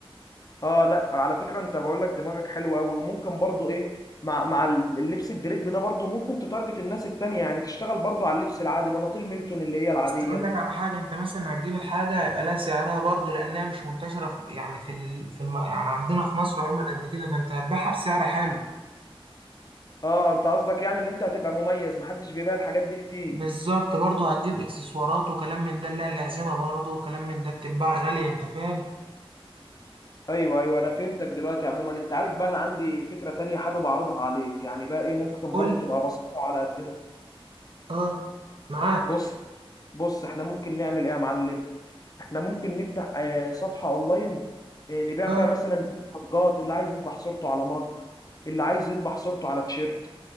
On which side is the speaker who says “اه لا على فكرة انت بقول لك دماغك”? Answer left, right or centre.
Left